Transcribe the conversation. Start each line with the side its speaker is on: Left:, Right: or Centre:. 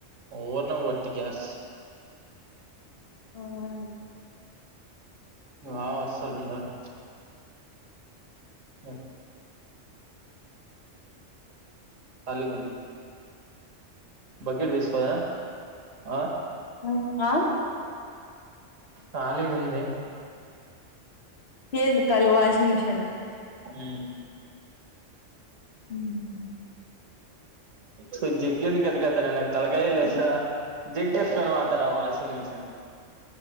Right: ఓర్నే వట్టి గ్యాస్
Left: ఆన్
Right: మా పాప అస్సల్ ఉండదు హ అలిగింది బకెట్ తీసుపోదునా ఆ
Left: ఉహా
Right: ఖాళీగుంది
Left: ఏంది కాలి వాషింగ్ మిషన్
Right: హుమ్
Left: అన్నీ ఉంటాయ్
Right: అసల్ జగ్గెందుకు ఎతుకోతన్నర్ తలకాయే లేద్ స జెగ్గేతుకొని పోతన్న వాషింగ్ మిషన్